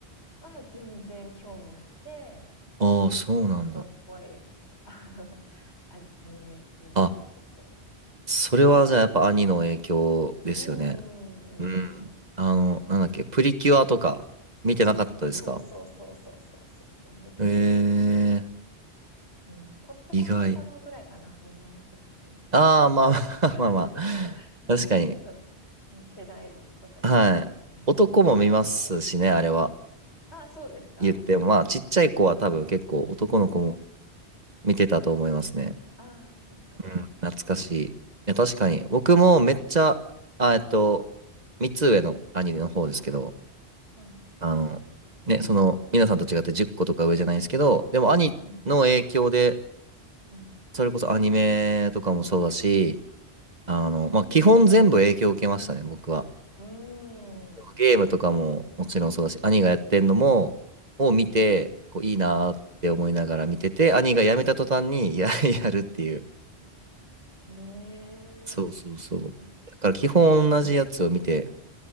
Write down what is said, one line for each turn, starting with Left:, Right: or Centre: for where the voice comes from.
Left: は全然興味なくて、そっちの男っぽい、
Right: ああ、そうなんだ。
Left: あの、アニアニメに結構興味かな。
Right: あ、それはじゃあやっぱ兄の影響ですよね。
Left: うん、うん、
Right: うん。
Left: うん、うん。うん
Right: あの、なんだっけ、プリキュアとか見てなかったですか
Left: そうそうそうそうそうそうそうそう、見てない、
Right: え
Left: 全然。うん。ポットコハム太郎ぐらいかな、
Right: ー、意外。
Left: 女の子っぽい。
Right: ああ、まあまあまあまあ。
Left: <laughs> そうそう
Right: 確かに。
Left: ちょっと、ね、世代、私多分、
Right: はい。
Left: あの、
Right: 男も見ますしね、
Left: 違うんで。
Right: あれは。
Left: あ、そうですか
Right: 言っても、まあ、ちっちゃい子は多分結構男の子も
Left: うん。うん
Right: 見てたと思いますね。
Left: ああ、そっかそっか。
Right: うん、懐かしい。いや、確かに。僕もめっちゃ、あ、えっと、3つ上の兄の方ですけど、
Left: はい。
Right: あの、ね、その、皆さんと違って10個とか上じゃないですけど、でも兄の影響で、
Left: うん、うん。
Right: それこそアニメとかもそうだし、あの、
Left: うーん。
Right: まあ、基本全部影響を受けましたね、僕は。
Left: うーん。
Right: ゲームとかももちろんそうだし、
Left: は
Right: 兄がやってんのも、
Left: い、はい。
Right: を見て、
Left: うん。
Right: こういいなーって思いながら見てて、兄がやめた途端にや、<laughs> やるっていう。
Left: へえ、
Right: そうそうそ
Left: すごいな。
Right: う。だから基本同じやつを見て